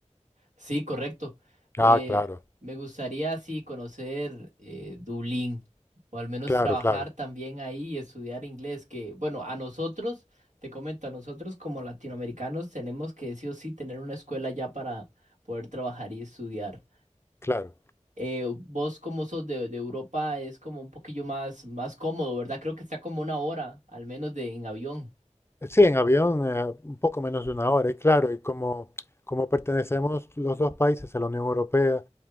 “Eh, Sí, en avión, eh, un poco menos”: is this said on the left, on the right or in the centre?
Left